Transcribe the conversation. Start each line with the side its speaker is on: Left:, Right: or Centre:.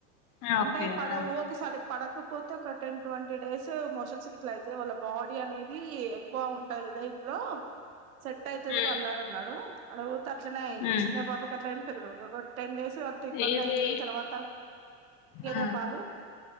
Left: ఆ
Right: అంటే
Left: ఓకే
Right: పడవు
Left: ఆహా
Right: ఒకసారి పడకపోతే ఇంకా ఒక టేన్ ట్యింటి డేస్ మోషన్ ఇట్ల అయితే వాళ్ల బాడీ అనేది ఎట్లా ఉంటది కద లో సెట్ అయితది
Left: మ్మ్
Right: వాళ్లాగాన్నాడు ఆడ ఉ అట్లనే అయింది
Left: మ్మ్
Right: చిన్న పాపకి అట్లా అయింది పెద్దపాప కి అట్లా అయింది ఒక టెన్ డేస్ అంత ఇబ్బంది
Left: ఏది
Right: అయింది కాని తర్వాత గేదే
Left: ఆ
Right: పాలు